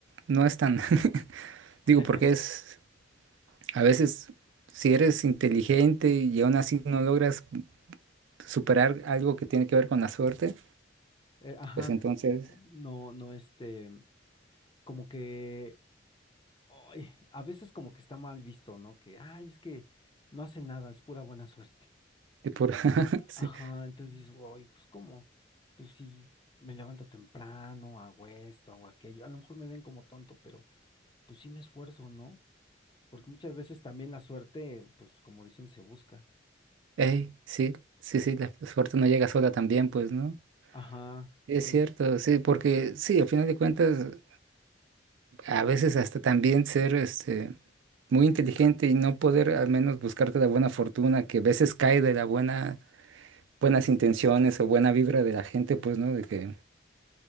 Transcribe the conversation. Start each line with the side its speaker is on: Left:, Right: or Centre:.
Right: no es tan, <laughs>
Left: <laughs>
Right: digo, porque es, a veces, si eres inteligente y aún así no logras superar algo que tiene que ver con la suerte,
Left: Eh, ajá,
Right: pues entonces,
Left: no, no este. como que ay, a veces como que está mal visto, ¿no? Que, ay, es que no hace nada, es pura buena suerte.
Right: de por, <laughs> sí.
Left: Ajá, entonces dices, oye, pues cómo, pues si me levanto temprano, hago esto, hago aquello, a lo mejor me ven como tonto, pero pues sí me esfuerzo, ¿no? Porque muchas veces también la suerte, pues como dicen, se busca.
Right: Ey, sí, sí, sí, la suerte no llega sola también, pues, ¿no?
Left: Ajá, sí,
Right: Es cierto, sí, porque sí, al final de cuentas, a veces hasta también ser este, muy inteligente y no poder al menos buscarte la buena fortuna, que a veces cae de la buena, buenas intenciones o buena vibra de la gente, pues, ¿no? De que